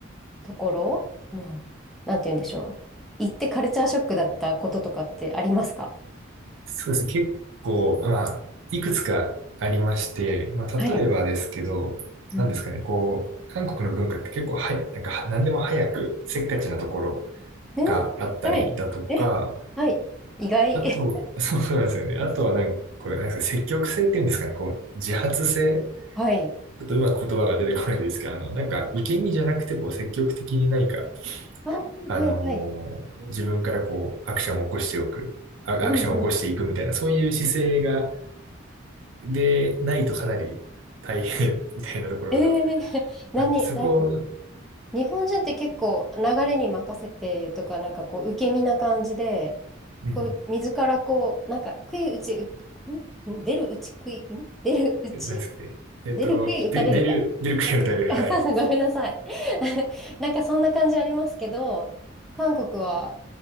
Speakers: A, in the centre; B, on the right.
A: ところ、まあ、なんて言うんでしょう。行ってカルチャーショックだったこととかってありますか
B: そうですね。結構、まあ、いくつかありまして、まあ、
A: はい。
B: 例えばですけど、
A: うん。
B: なんですかね。こう、韓国の文化って結構はや、なんかは、何でも早く、せっかちなところ
A: ね、
B: があったりだとか、
A: はい。え、はい。意外。
B: あと、そうなんですよね。あとはなんか、こう、なんですか、積極性っていうんですかね。こう、自発性
A: はい。
B: ちょっとうまく言葉が出てこないですけど、あの、なんか、受け身じゃなくて、こう、積極的に何か、
A: あ、
B: あのー自分からこう、
A: はいはい。
B: アクションを起こしておく、あアクションを起こしていくみたいな、
A: うんうん。
B: そういう姿勢が、で、ないとかなり大変 <laughs> みたいなところが
A: ええ <laughs> 何、
B: あって、そこを、
A: なんか、日本人って結構流れに任せてとか、なんかこう、受け身な感じで、
B: うん、
A: こう、自らこう、なんか、悔い打ち、う、くん出るうち食ん出るうち
B: え何ですかね。えっと、
A: 出る悔い打たれるか。
B: で、出る、出る杭を打たれる、
A: <laughs>
B: はい。
A: そうそうごめんなさい。<laughs> なんかそんな感じありますけど、韓国は